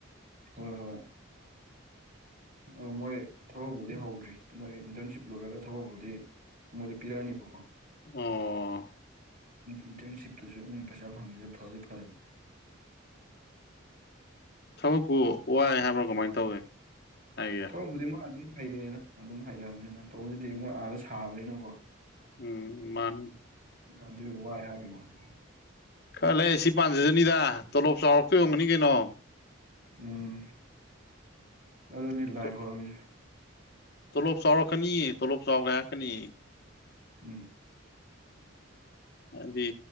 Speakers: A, on the right (about 40°); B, on the left (about 50°).
A: ꯍꯣꯏ ꯍꯣꯏ ꯑ ꯃꯣꯏ ꯊꯕꯛꯄꯨꯗꯤ ꯍꯧꯗ꯭ꯔꯤ ꯃꯣꯏ ꯏꯟꯇꯔꯟꯁꯤꯞ ꯂꯣꯏꯔꯒ ꯊꯕꯛꯄꯨꯗꯤ ꯃꯣꯏꯗ ꯄꯤꯔꯛꯑꯅꯤꯕꯀꯣ
B: ꯑꯣ
A: ꯏꯟꯇꯔꯟꯁꯤꯞꯇꯁꯨ ꯑꯩꯣꯏ ꯄꯩꯁꯥ ꯐꯪꯉꯤꯁꯦ ꯐꯔꯦ ꯐꯔꯅꯤ
B: ꯊꯕꯛꯄꯨ ꯋꯥꯏ ꯍꯥꯏꯕ꯭ꯔꯥ ꯀꯃꯥꯏꯅ ꯇꯧꯒꯦ ꯍꯥꯏꯒꯦ
A: ꯊꯧꯕꯨꯗꯤ ꯃꯥ ꯑꯗꯨꯝ ꯍꯩꯔꯛꯑꯦꯗ ꯑꯗꯨꯝ ꯍꯩꯔꯛꯑꯕꯅꯤꯅ ꯇꯧꯕꯗꯨꯗꯤ ꯃꯣꯏ ꯑꯥꯗ ꯁꯥꯕꯅꯤꯅꯀꯣ
B: ꯎꯝ ꯃꯥꯅꯤ
A: ꯑꯗꯨ ꯋꯥꯏ ꯍꯥꯏꯕ ꯋꯥꯅꯤ
B: ꯈꯜꯂꯦ ꯁꯤ ꯄꯥꯟꯖꯗꯅꯤꯗ ꯇꯣꯂꯣꯞ ꯆꯥꯎꯔꯛꯇ ꯌꯣꯟꯒꯅꯤ ꯀꯩꯅꯣ
A: ꯎꯝ ꯑꯗꯨꯅꯤ ꯂꯥꯏ
B: ꯇꯣ
A: ꯈꯣꯏꯔꯝꯃꯤꯁꯦ
B: ꯇꯣꯂꯣꯞ ꯆꯥꯎꯔ ꯀꯅꯤ ꯇꯣꯂꯣꯞ ꯆꯥꯎꯒ ꯀꯅꯤ
A: ꯎꯝ
B: ꯍꯥꯏꯗꯤ